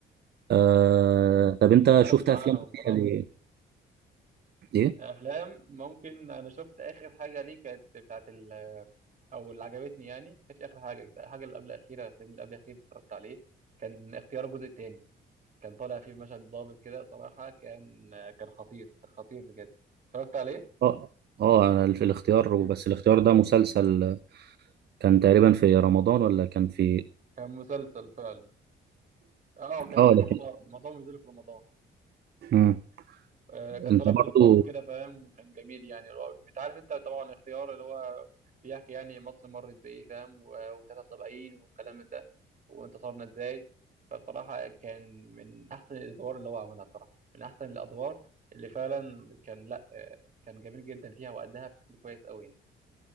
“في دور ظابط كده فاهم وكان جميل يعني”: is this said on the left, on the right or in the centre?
Right